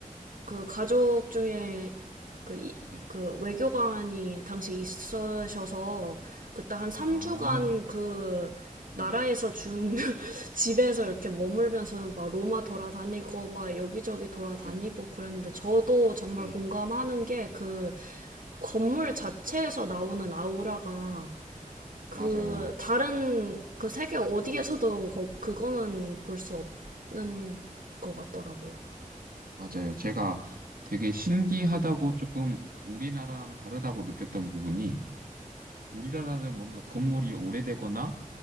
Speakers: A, on the right; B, on the right.
A: 그 가족 중에 그, 이,
B: 네.
A: 그 외교관이 당시 있으셔서 그때 한 3주간
B: 아,
A: 그
B: 네.
A: 나라에서 준 <laughs> 집에서 이렇게 머물면서
B: 오,
A: 막 로마 돌아다니고 막 여기저기 돌아다니고
B: 네.
A: 그랬는데 저도 정말
B: 네.
A: 공감하는 게 그 건물 자체에서 나오는 아우라가 그
B: 맞아요.
A: 다른 그 세계 어디에서도 거, 그거는
B: 네.
A: 볼 수 없는 것 같더라고요.
B: 맞아요. 제가 되게 신기하다고 조금 우리나라랑 다르다고 느꼈던 부분이 우리나라는 뭔가 건물이 오래되거나